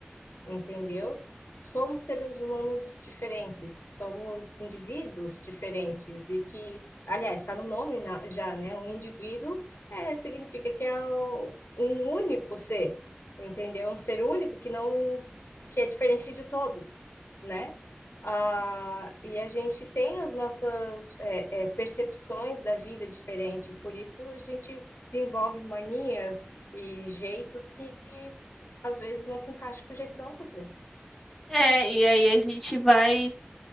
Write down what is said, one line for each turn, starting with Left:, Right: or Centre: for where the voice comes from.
Left: entendeu? Somos seres humanos diferentes, somos indivíduos diferentes e que, aliás, está no nome na- já, né? Um indivíduo é, significa que é o- um único ser, entendeu? Um ser único que não, que é diferente de todos, né? Ah, e a gente tem as nossas é, é, percepções da vida diferente, por isso a gente desenvolve manias e jeitos que às vezes não se encaixa com o jeito da outra.
Centre: É, e aí a gente vai.